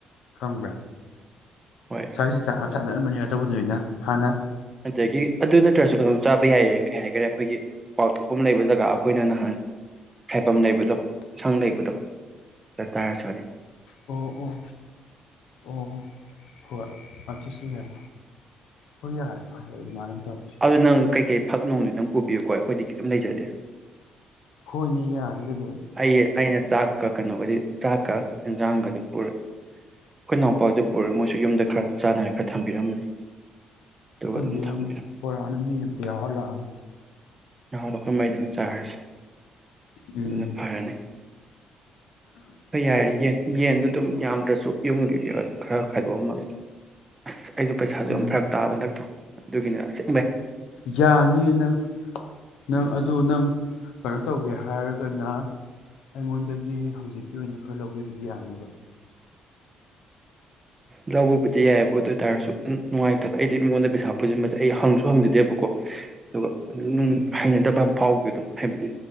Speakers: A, on the left; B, on the right.
A: ꯈꯪꯕ꯭ꯔꯥ
B: ꯍꯣꯏ
A: ꯁꯥꯏꯁꯤ ꯆ ꯆꯥꯟꯅꯔꯝꯕꯅꯤꯅ ꯇꯧꯕꯗꯨꯅꯤꯅ ꯍꯥꯟꯅ
B: ꯑꯗꯩꯒꯤ ꯑꯗꯨ ꯅꯠꯇ꯭ꯔꯁꯨ ꯀꯩꯅꯣꯝ ꯆꯥꯕ ꯌꯥꯏꯌꯦ ꯀꯩ ꯍꯥꯏꯈꯔꯦ ꯑꯩꯈꯣꯏꯒꯤ ꯀ꯭ꯋꯥꯛꯊꯣꯛꯐꯝ ꯂꯩꯕ ꯖꯒꯥ ꯑꯩꯈꯣꯏꯅ ꯅꯍꯥꯟ ꯍꯥꯏꯐꯝ ꯂꯩꯕꯗꯣ ꯁꯪ ꯂꯩꯕꯗꯣ ꯑꯗꯨꯗ ꯆꯥꯔꯁꯨ ꯌꯥꯅꯤ
A: ꯑꯣ ꯑꯣ ꯑꯣ ꯍꯣꯏ ꯑꯗꯨꯁꯨ ꯌꯥꯏ ꯍꯣꯏ ꯌꯥꯔꯦ ꯐꯔꯦ ꯑꯗꯨꯃꯥꯏꯅ ꯇꯧꯔꯁꯤ
B: ꯑꯗꯨ ꯅꯪ ꯀꯩꯀꯩ ꯐꯛ ꯅꯨꯡꯗꯨ ꯗꯪ ꯄꯨꯕꯤꯌꯨꯀꯣ ꯑꯩꯈꯣꯏꯗꯤ ꯀꯩꯝ ꯂꯩꯖꯗꯦ
A: ꯃꯤ ꯌꯥꯔꯒ
B: ꯑꯩ ꯑꯩꯅ ꯇꯥꯛꯀ ꯀꯩꯅꯣꯒꯗꯤ ꯆꯥꯛꯀ ꯌꯦꯟꯖꯥꯡꯒꯗꯤ ꯄꯨꯏ ꯑꯩꯈꯣꯏꯅꯥꯎꯄꯥꯎꯗꯨ ꯄꯨꯏ ꯃꯣꯏꯁꯨ ꯌꯨꯝꯗ ꯈꯔ ꯆꯥꯟꯅꯔ ꯈꯔ ꯊꯝꯕꯤꯔꯝꯃꯅꯤ ꯑꯗꯨꯒ
A: ꯊꯝꯕꯤꯔꯝꯃꯣ
B: ꯑꯗꯨꯝ ꯊꯝꯕꯤꯔꯝꯃꯦ
A: ꯄꯣꯔꯛꯑꯅꯨ ꯃꯤ ꯑꯇ ꯌꯥꯎꯍꯜꯂꯛꯑꯅꯨ
B: ꯌꯥꯍꯧꯗ ꯑꯩꯈꯣꯏ ꯃꯩꯗꯪ ꯆꯥꯔꯤꯁꯦ
A: ꯎꯝ
B: ꯑꯗꯨꯅ ꯐꯔꯅꯤ ꯍꯩ ꯌꯥꯏꯌꯦ ꯏꯁꯦꯟ ꯌꯦꯟꯗꯨꯣ ꯑꯗꯨꯝ ꯌꯥꯝꯗ꯭ꯔꯁꯨ ꯌꯨꯝꯒꯤ ꯈꯔ ꯈꯥꯏꯗꯣꯛꯑꯝꯃꯒ ꯑꯁ ꯑꯩꯗꯣ ꯄꯩꯁꯥꯗꯣ
A: ꯎꯝ
B: ꯌꯥꯝ ꯐꯔꯛ ꯇꯥꯕ ꯍꯟꯗꯛꯇꯣ ꯑꯗꯨꯒꯤꯗ ꯁꯦ
A: ꯌꯥꯅꯤꯌꯦ ꯅꯪ ꯅꯪ ꯑꯗꯨ ꯅꯪ ꯀꯩꯅꯣ ꯇꯧꯒꯦ ꯍꯥꯏ ꯍꯥꯏꯔꯒꯅ ꯑꯩꯉꯣꯟꯗꯒꯤ ꯍꯧꯖꯤꯛꯀꯤ ꯑꯣꯏꯅ ꯈꯔ ꯂꯧꯈꯤꯕꯗꯤ ꯌꯥꯅꯦꯕ
B: ꯂꯧꯕꯕꯨꯗꯤ ꯌꯥꯏꯑꯕ ꯑꯗꯨ ꯑꯣꯏ ꯇꯔꯁꯨ ꯅꯨꯡꯉꯥꯏꯇꯕ ꯑꯩꯗꯤ ꯃꯤꯉꯣꯟꯗ ꯄꯩꯁꯥ ꯄꯨꯁꯤꯟꯕꯁꯦ ꯑꯩ ꯍꯪꯁꯨ ꯍꯪꯖꯗꯦꯕꯀꯣ ꯑꯗꯨꯒ ꯅꯨꯡ
A: ꯎꯝ
B: ꯍꯩꯅꯗꯕ ꯑꯃ ꯐꯥꯎꯕ ꯗꯨꯗꯣ ꯍꯥꯏꯕꯗꯤ